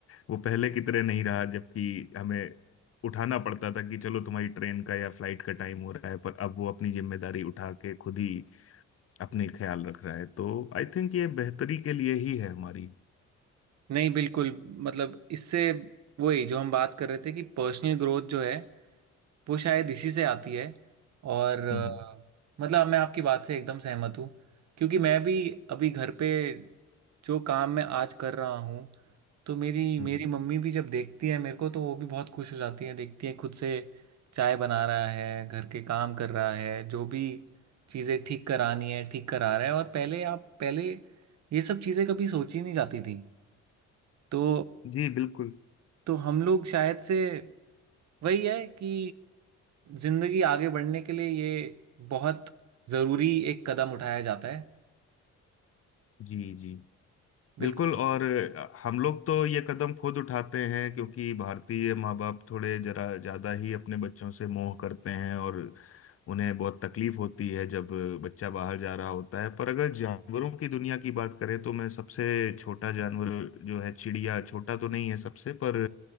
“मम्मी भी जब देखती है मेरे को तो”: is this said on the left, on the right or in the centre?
Right